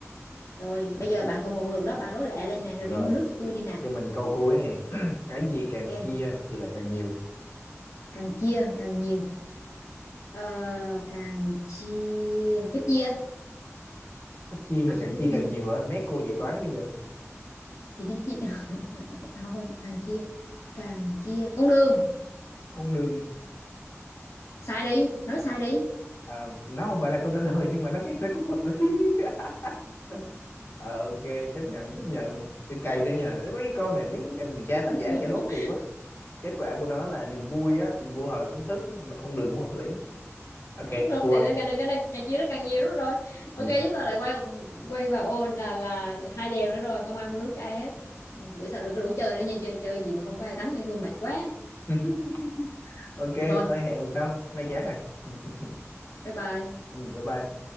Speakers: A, on the left; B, on the left.
A: rồi
B: <clears throat>
A: bây giờ bạn còn một lượt đó bạn đố lẹ lên nè
B: rồi
A: rồi đi mua nước cho tôi đi nè
B: cho mình câu cuối nè <clears throat> cái gì càng
A: ok
B: chia thì lại càng nhiều
A: càng chia càng nhiều ờ, càng chia phép chia
B: Cái chia mà
A: à không
B: càng
A: phép
B: chia
A: chia
B: càng nhiều hả mét cô dạy toán
A: phép
B: bây giờ
A: thì nhánh chia <laughs> không càng chia càng chia con đường
B: con đường
A: sai đi nói sai đi
B: Ờ, nó không phải là câu trả lời nhưng mà nó cái nó cũng hợp lý <laughs> Ờ, ok chấp nhận chấp nhận cái cây thế nha mấy cái câu này mấy thằng cha tác
A: <laughs>
B: giả chả đố kỳ quá kết quả của nó là niềm vui á niềm vui hoặc là kiến thức mà con đường cũng hợp lý ok
A: đúng không
B: thua
A: thì nên càng đừng càng càng chia nó càng nhiều đúng rồi
B: Ừ.
A: ok chúng ta lại quay quay vào ô là là hai đều nữa rồi không ai mua nước cho ai hết bữa sau đừng có rủ chơi nữa nha chơi chơi gì mà không có ai thắng hay thua mệt quá
B: <clears throat> ok
A: thì thôi
B: thôi hẹn lần sau nay chán rồi <laughs>
A: bye bye
B: Ừ, bye bye